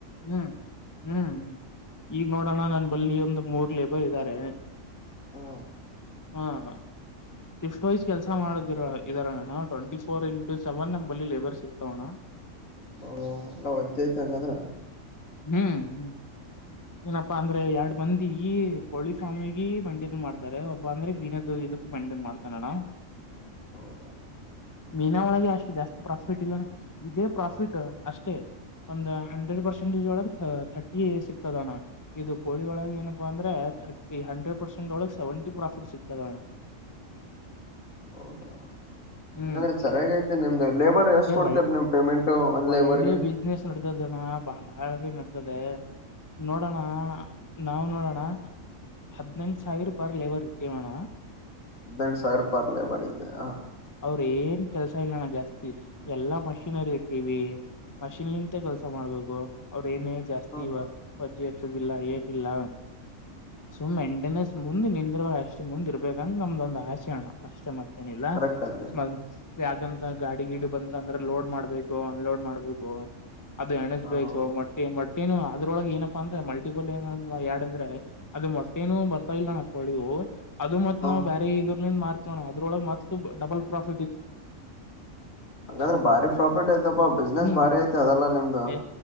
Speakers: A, on the left; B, on the left.
A: ಹ್ಮ್ ಹ್ಮ್ ಹ್ಮ್ ಈಗ್ ನೋಡೋಣ ನನ್ ಬಳ್ಳಿ ಒಂದು್ ಮೂರ್ ಲೇಬರ್ ಇದ್ದಾರೆ.
B: ಹಾ
A: ಹ್ಮ ಹಾ. ಸ್ಫ್ಟ್ ವ್ಸ್ ಕೆಲಸ ಮಾಡದಿರ ಇದಾರಣ ಟ್ವೆಂಟಿ ಫೋರ್ ಇಂಟು ಸೆವೆನ್ ನಲ್ಲಿ ಲೇಬರ್ಸ್ ಇರ್ತಾವಣ್ಣ
B: ಹ ಎಲ್ಲ ವಜ್ಜ್ ಯ್ತಿ ಹಂಗಂದ್ರ.
A: ಹ್ಮ್ ಹ್ಮ್. ಏನಪ್ಪಾ ಅಂದ್ರೆ ಎರಡ್ ಮಂದಿ ಕೋಳಿ ಸ್ವಾಮಿಗ ಮಂಡಿಿನ ಮಾಡ್ತಾರೆ ಒಬ್ಬ ಅಂದ್ರೆ ಬೀನದ. ಇದಕ್ಕೆ ಮೆಂಟನ್ ಮಾಡ್ತಾನಡ.
B: ಹೌದಾ.
A: ಮೀನ ಒಳಗೆ ಅಷ್ಟು ಜಾಸ್ತಿ ಪ್ರಾಫಿಟ್ ಇಲ್ಲ ಇದೇ ಪ್ರಾಫಿಟ್ ಅಷ್ಟೇ ಒಂದು ಹಂಡ್ರೆಡ್ ಪರ್ಸೆಂಟ್. ಒ ತರ್ಟಿ ಸಿತದಣ್ಣ ಇದು ಕೋಳಿ ಒಳಗೆ ಏನಪ್ಪಾ ಅಂದ್ರೆ ತರ್ಿ ಹಂಡ್ರೆಡ್ ಪರ್ಸೆಂಟ್. ಳಗೆ ಸೆವೆಂಟಿ ಪ್ರಾಫಿಟ್ ಸಿಗ್ತದೆಣ.
B: <unintelligible> ಹೌದಾ
A: ಹ್ಮ್
B: ಹಾಗಾದ್ರೆ ಚಣ ಯಾಗಐತೆ ನಿಮ್ದು ಲೇಬರ್ ಎಷ್ಟ
A: ಏ
B: ಕೊಡ್ತರ
A: ಒಳ್ಳ
B: ನೀಮ್ ಪೇಮೆಂಟ್. ಒಂದ್
A: ಒಳ್ಳೆ
B: ಲೇಬರ್ಗೆ
A: ಬಿಸ್ನೆಸ್ ನಡತದಣ್ಣ ಬಾ. ಆಿ ನಡ್ತದೆ ನೋಡೋಣ ನಾವು ನೋಡೋಣ. ಹದಿನೈಂದುು ಸಾವಿರ ಪರ್ ಲೇಬರ್ ಇಟ್ಟೇವೇಣ.
B: ಎಂದೆಡು ಸಾವಿೂಪ ಅರಲ್ಲ ಬರದೆ ಹ
A: ಅವ್ರ ಏನ್ ಕೆಲ್ಸ ಇಲ್ಲಣ ಜಾಸ್ತಿ ಎಲ್ಲಾ ಮಷೀನರಿ ಇ ಟಿವಿ ಮಷಿನ್ ನಿಂತ ಕೆಲ್ಸ ಮಾಡ್ಬೇಕು ಅವ್ರ ಏನೇ ಜಾಸ್ತಿಜ
B: ಹೌದಾ
A: ಇಿಲ್ಲ ಟಿಲ್ಲ. ಸುಮ್ಮ್ ಎಣಂಡನೇ ಮುಂದೆ ನಿಂದ್ರಾಗ ಅಷ್ಟೇ ಮುಂದ್ ಇರ್ಬೇಕಂದ್ರ ನಮ್ದೊಂದ ಆಸೆ. ಣ ಅಷ್ಟೇ ಮತ್ತೇನಿಲ್ಲ
B: ಕರೆಕ್ಟ್ ಅದ
A: ಮ ಯಾಕಂತ ಗಾಡಿ ಗಿಡಿ ಬಂದ್ರ ಅಂದ್ರೆ ಲೋಡ್ ಮಾಡ್ಬೇಕ. ಅನ್ಲೋಡ್ ಮಾಡ್ಬೇಕು ಅದು ಎಣಸ್ಬೇಕು
B: ಹ ಹೌದು
A: ಮೊಟ್ಟಿ ಮಟ್ಟ. ಮತ್ತೇನು ಅದ್ರೊಳಗೆ ಏನಪ್ಪಾ ಅಂದ್ರೆ ಮಲ್ಟಿಪಲ್ ಏನ ಯರಡ ಅಂದ್ರ ಅದು ಮೊಟ್ಟೇನು ಬರ್ತಾ ಇಲ್ಲ ನಾಕ್ಕಳಿವು. ಅದು ಮತ್
B: ಹ
A: ನಾವು ಬೇರೆ ಇದ್ರಿಂದ ಮಾರ್ತೋಣ ಅದ್ರೊಳ ಮತ್ತ ಡಬಲ್ ಪ್ರಫ..
B: ಹಂಗಂದ್ರೆ ಭಾರಿ ಪ್ರಾಫಿಟ್ ಐತಪ್ಪಾ ಬಿಸ್ನೆಸ್
A: ಹ್ಮ್
B: ಭಾರಿ ಐತೆ ಅದಲ್ಲಾ ನಿಮ್ದು.
A: ಏ